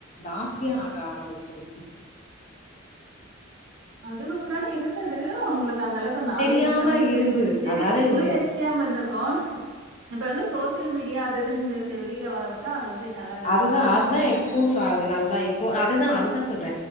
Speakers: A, on the left; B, on the right.
A: ஜாஸ்தியா ஆக ஆரம்பிச்சிருக்கு
B: அதுக்கு முன்னாடி இருந்தது உங்ளுக்கு அந்தளவுக்கு நாலேஜ்ல
A: தெரியாம
B: வந்து தெ
A: இருந்தது.
B: ம் தெரிஞ்சு
A: அதாவது
B: உங்ளும்
A: வே
B: தெரிஞ்சாம இருந்ருக்கு இப்ப வந்து சோசியல் மீடியா அது இதுன்னு இந்த- இந்த வெளியில வரவு தான் அது வந்து நல்லா வெளியில
A: அதுதா
B: நல்லா
A: அதுதா
B: நம்மள
A: எக்ஸ்போஸ் ஆகுது நல்லா இப்போ அதுதா அதுதா சொல்ற